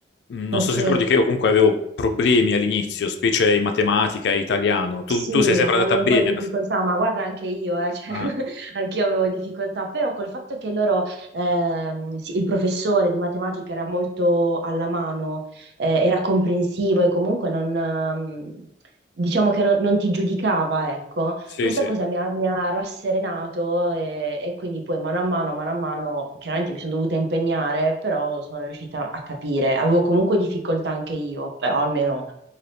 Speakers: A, on the left; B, on the right.
A: Mm, Non
B: Ok.
A: so se ricordi che io comunque avevo problemi all'inizio, specie in matematica e italiano. Tu,
B: Sì,
A: tu sei sempre
B: avevo
A: andata bene.
B: un po' di difficoltà,
A: alla fine.
B: ma guarda anche io, eh, cioè,
A: Ah,
B: <laughs> anch'io avevo difficoltà, però col fatto che loro, ehm, sì, il professore di matematica era molto alla mano, eh, era comprensivo e comunque non, ehm, diciamo che non, non ti giudicava, ecco,
A: sì,
B: questa
A: sì.
B: cosa mi ha, mi ha rasserenato e, e quindi poi mano a mano, mano a mano, chiaramente mi sono dovuta impegnare, però sono riuscita a capire, avevo comunque difficoltà anche io, però almeno